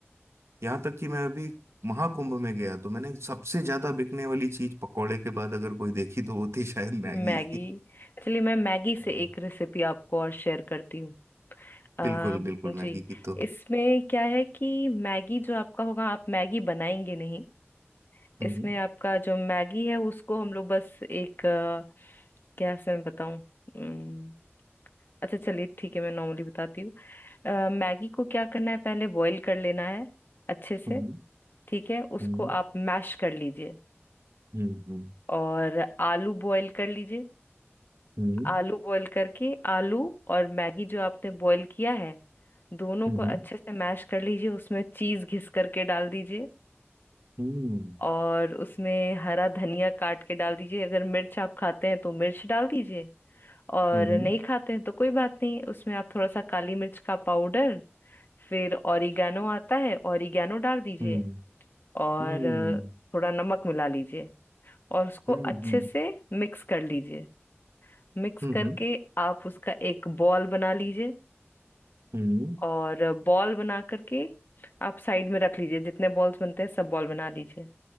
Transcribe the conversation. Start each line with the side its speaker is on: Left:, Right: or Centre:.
Right: यहाँ तक कि मैं अभी महाकुंभ में गया तो मैंने सबसे ज्यादा बिकने वाली चीज पकोड़े के बाद अगर कोई देखी तो वो थी शायद मैगी
Left: मैगी चलिए मैं मैगी से
Right: <laughs>
Left: एक रेसिपी आपको और शेयर करती हूँ आ
Right: बिल्कुल बिल्कुल
Left: जी
Right: मैगी की तो
Left: इसमें क्या है कि मैगी जो आपका होगा आप मैगी बनाएंगे नहीं
Right: हम्म
Left: इसमें आपका जो मैगी है उसको हम लोग बस एक अ, क्या से मैं बताऊं उम्म, अच्छा चलिए ठीक है मैं नॉर्मली बताती हूँ अ, मैगी को क्या करना है पहले बॉईल कर लेना है अच्छे से
Right: हम्म
Left: ठीक है उसको
Right: हम्म
Left: आप मैश कर लीजिए
Right: हम्म
Left: और आलू बॉईल कर लीजिए
Right: हम्म
Left: आलू बॉईल करके आलू और मैगी जो आपने बॉईल किया है दोनों
Right: हम्म
Left: को अच्छे से मैश कर लीजिए उसमें चीज घिस करके डाल दीजिए
Right: हम्म
Left: और उसमें हरा धनिया काट के डाल दीजिए अगर मिर्च आप खाते हैं तो मिर्च डाल दीजिए और
Right: हम्म
Left: नहीं खाते हैं तो कोई बात नहीं उसमें आप थोड़ा सा काली मिर्च का पाउडर फिर ऑरिगेनो आता है ऑरिगेनो डाल दीजिए
Right: हम्म
Left: और
Right: हम्म
Left: अ, थोड़ा नमक मिला लीजिए और उसको
Right: हम्म
Left: अच्छे
Right: हम्म
Left: से मिक्स कर लीजिए मिक्स
Right: हम्म
Left: करके आप उसका एक बॉल बना लीजिए
Right: हम्म
Left: और बॉल बना करके आप साइड में रख लीजिए जितने बॉल्स बनते हैं सब बॉल बना लीजिए